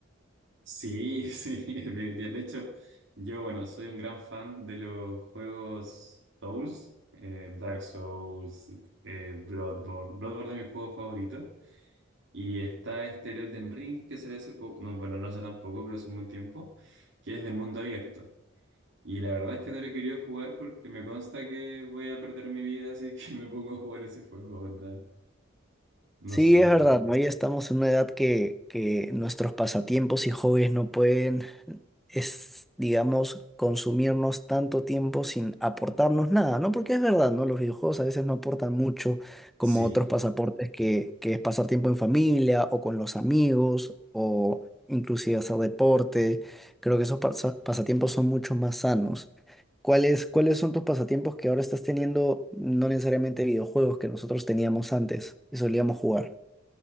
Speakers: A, on the right (about 65°); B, in the centre.
A: Sí, <laughs> sí, definitivamente. De hecho, yo, bueno, soy un gran fan de los juegos Souls, eh, Dark Souls, eh, Bloodborne. Bloodborne es mi juego favorito. Y está este el Elden Ring que salió hace poco, no, bueno, no hace tampoco, pero hace un buen tiempo, que es de mundo abierto. Y la verdad es que no lo he querido jugar porque me consta que voy a perder mi vida, así que <laughs> me pongo a jugar ese juego, onda. No
B: Sí,
A: sé.
B: es verdad,
A: o-
B: ¿no? Ya estamos en una edad que, que nuestros pasatiempos y hobbies no pueden es, digamos, consumirnos tanto tiempo sin aportarnos nada, ¿no? Porque es verdad, ¿no? Los videojuegos a veces no aportan mucho, como
A: Sí,
B: otros pasaportes que, que es pasar tiempo en familia o con los amigos o inclusive hacer deporte. Creo que esos pasa- pasatiempos son mucho más sanos. ¿Cuáles, cuáles son tus pasatiempos que ahora estás teniendo, no necesariamente videojuegos que nosotros teníamos antes y solíamos jugar?